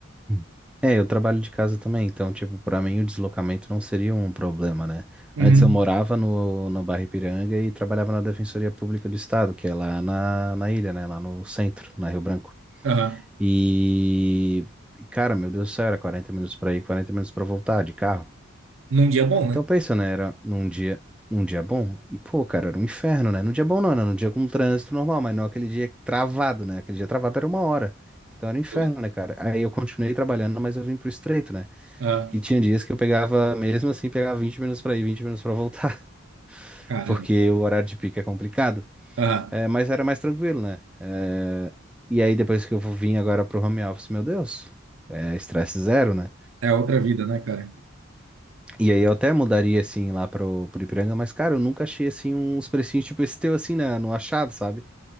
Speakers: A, in the centre; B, on the right.
A: Hum. É, eu trabalho de casa também, então, tipo, pra mim o deslocamento não seria um problema, né?
B: Uhum.
A: Antes eu morava no, na Barra Ipiranga e trabalhava na Defensoria Pública do Estado, que é lá na, na ilha, né? Lá no centro, na Rio Branco.
B: Aham.
A: E. e, Cara, meu Deus do céu, era 40 minutos pra ir, 40 minutos pra voltar de carro.
B: Num dia bom,
A: Então,
B: né?
A: pensa, né? Era num dia, num dia bom. E, pô, cara, era um inferno, né? Num dia bom não, era num dia com trânsito normal, mas não aquele dia travado, né? Aquele dia travado era uma hora. Então era um inferno,
B: Justo.
A: né, cara? Aí eu continuei trabalhando, mas eu vim pro estreito, né?
B: Aham.
A: E tinha dias que eu pegava, mesmo assim, pegava 20 minutos pra ir, 20 minutos pra voltar, <laughs>
B: Caramba,
A: porque o horário de pico é complicado.
B: Aham.
A: É, mas era mais tranquilo, né? É, e aí depois que eu vim agora pro home office, meu Deus, é estresse zero, né?
B: é outra vida, né, cara?
A: E aí eu até mudaria, assim, lá pro, pro Ipiranga, mas, cara, eu nunca achei, assim, uns precinhos tipo esse teu, assim, na, no achado, sabe?